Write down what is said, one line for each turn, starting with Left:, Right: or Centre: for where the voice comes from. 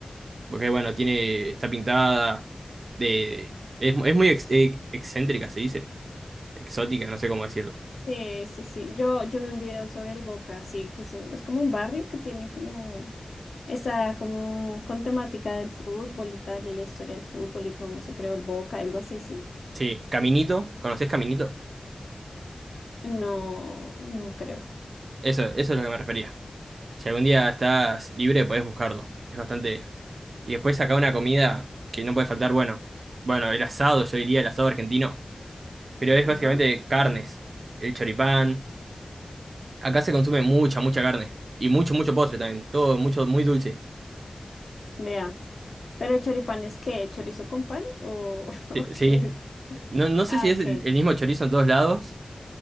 Right: porque bueno, tiene, está pintada de, es, es muy ex- eh, excéntrica, se dice, exótica, no sé cómo decirlo.
Left: sí, sí, sí. Yo, yo vi un video sobre el Boca, sí, que es, un- es como un barrio que tiene como Está como con temática del fútbol y tal, y la historia del fútbol y cómo se creó el Boca, algo así, sí.
Right: Sí, Caminito, ¿conoces Caminito?
Left: No, no creo.
Right: Eso, eso es lo que me refería. Si algún día estás libre, podés buscarlo. Es bastante. Y después acá una comida que no puede faltar, bueno, bueno, el asado, yo diría el asado argentino, pero es básicamente
Left: Ajá,
Right: carnes, el choripán Acá se consume mucha, mucha carne. Y mucho, mucho postre también. Todo mucho, muy dulce.
Left: vea. Pero el choripán es qué, chorizo con pan o, <laughs> o
Right: Sí.
Left: qué
Right: sí.
Left: es.
Right: No, no sé
Left: Ah,
Right: si es
Left: ok,
Right: el el mismo chorizo en todos lados,